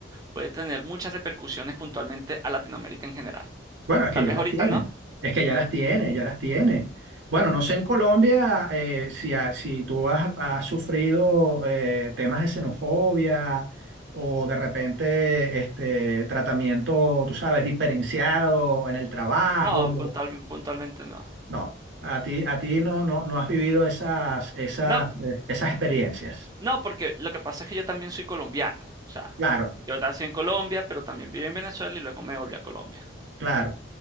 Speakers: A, on the right; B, on the right.
A: puede tener muchas repercusiones puntualmente a Latinoamérica en general.
B: Bueno, es que
A: Tal
B: ya
A: vez
B: las
A: ahorita
B: tienen,
A: no,
B: es que ya las tiene, ya las tiene. Bueno, no sé en Colombia eh, si, ha- si tú has, has sufrido eh, temas de xenofobia o de repente este tratamiento, tú sabes, diferenciado en el trabajo.
A: no, puntual- puntualmente no.
B: No, a ti, a ti no, no, no has vivido esas, esas,
A: No,
B: eh, esas experiencias.
A: No, porque lo que pasa es que yo también soy colombiano. O sea,
B: Claro,
A: yo nací en Colombia, pero también viví en Venezuela y luego me volví a Colombia.
B: claro.